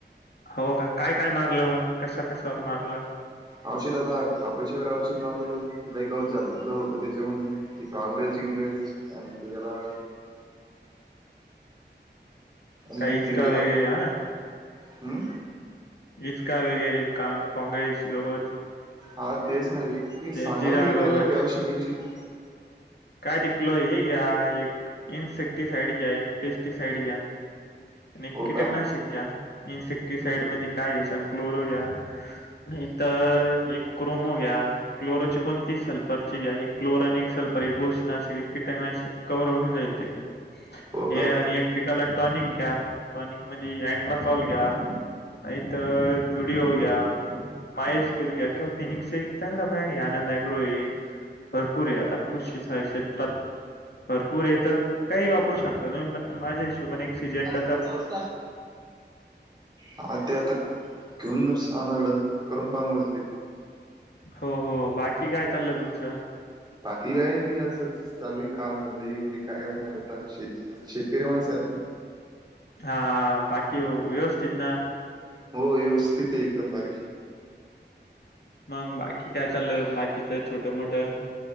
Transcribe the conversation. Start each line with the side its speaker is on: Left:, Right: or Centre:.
Left: हो का, काय काय मारलं मग, कशा कशावर मारलं?
Right: औषित आता कापाशीवर औषित मारलं, लयगाऊत झालेलं होतं त्याच्यामध्ये, ते काांग्रेज इंग्रेज. काय म्हणतं त्याला आणि
Left: काय इचका
Right: तिडं
Left: वगैरे
Right: झालं,
Left: हां ना?
Right: हम्म.
Left: इचका वगैरे का काँग्रेस, गवत.
Right: हा तेच ना रे,
Left: ते
Right: सांगा
Left: जिरा
Right: बरं गे त्याच्यासाठी
Left: गवत,
Right: औषित घवशीत.
Left: काय तिकलो हे घ्या एक, इन्सेक्टिसाईड घ्या एक पेस्टिसाईड घ्या. आणि
Right: हो
Left: कीटकनाशक
Right: का
Left: घ्या, इन्सेक्टिसाइड मध्ये काय घ्या आणि क्लोरो घ्या. नाही तर एक क्रोमो घ्या. क्लोराची कोणती सल्फरची एक क्लोरा आणि एक सल्फर एक बुरशी नाशक, कीटनाशक कवर होऊन जाईन ते.
Right: हो
Left: हे
Right: का
Left: आणि एक पिकाला टॉनिक घ्या. टॉनिक म्हणजे एँट्राकॉल घ्या, नाहीत झुडिओ घ्या. माहेश खिल घ्या, किंवा फिनिक्सचा एक चांगला ब्रँड आहे आनंद अग्रो आहे. भरपूर आहे आता कृषी साईड क्षेत्रात. भरपूर हे तर, काही वापरू शकता तुम्ही, पण माझ्या हिशोबने एक सीजनटर
Right: मस हा ते आता, घेऊन आनवडल करून पाहणवडल ते.
Left: हो हो, बाकी काय चाललं तुमचं?
Right: बाकी काय नाही असंच, चालूय काम धंदे काय करणार आता शेती शेतकरी माणसं आहे आपण.
Left: हा बाकी व्यवस्थित ना.
Right: हो व्यवस्थित आहे एकदम भारी.
Left: मग बाकी काय चाललं, बाकीच छोटं मोठं.